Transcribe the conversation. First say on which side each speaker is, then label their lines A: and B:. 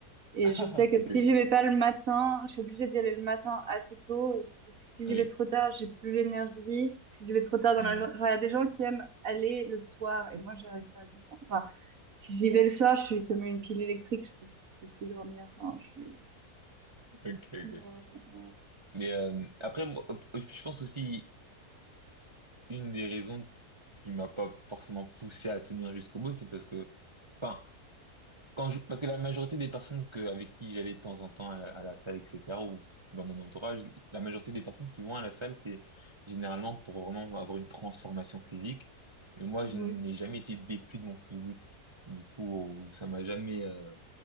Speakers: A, on the right (about 60°); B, on the right (about 30°).
A: Et
B: <laughs>
A: je sais que
B: Ok,
A: si
B: ok.
A: j'y vais pas le matin, je suis obligée d'y aller le matin assez tôt. et c- Parce que si
B: Oui.
A: j'y vais trop tard, j'ai plus l'énergie. Si j'y vais trop tard dans
B: Hmm.
A: la journée, genre, il y a des gens qui aiment aller le soir. Et moi, j'arrive pas à comprendre. Enfin, si j'y vais le soir, je suis comme une pile électrique. Je peux, je peux plus dormir. Enfin, je suis...
B: Ok, ok.
A: Mais, euh,
B: Mais euh, après, moi, je pense aussi une des raisons qui m'a pas forcément poussé à tenir jusqu'au bout, c'est parce que, enfin, Quand je, parce que la majorité des personnes que, avec qui j'allais de temps en temps à, à la salle, etc., ou dans mon entourage, la majorité des personnes qui vont à la salle, c'est généralement pour vraiment avoir une transformation physique. Mais moi,
A: mhm.
B: je n'ai jamais été déplu de mon physique. Du coup, ça m'a jamais... euh,